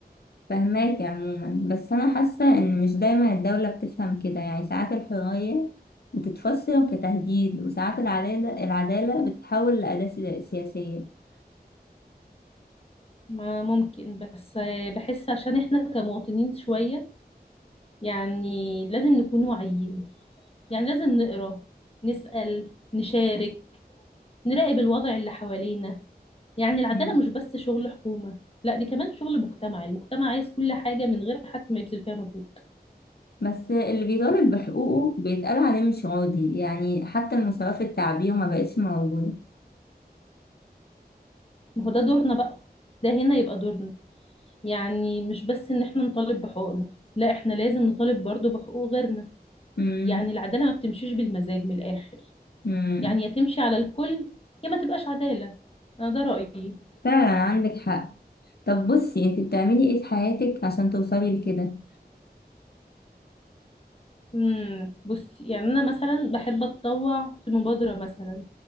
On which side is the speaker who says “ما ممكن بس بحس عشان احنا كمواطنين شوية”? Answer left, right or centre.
Left